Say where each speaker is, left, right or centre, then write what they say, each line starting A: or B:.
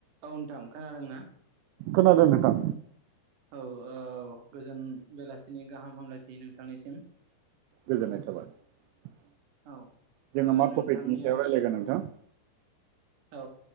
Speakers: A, on the right; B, on the right.
A: औ नोंथां खोनादों ना?
B: खोनादों नोंथां
A: औ औ गोजोन बेलासिनि गाहाम हामलायथि नोंथांनिसिम
B: गोजोननाय थाबाय
A: औ
B: जोङो
A: ओ
B: मा
A: नोंथांनियाव
B: टपिकनि सायाव रायज्लायगोन नोंथां?
A: औ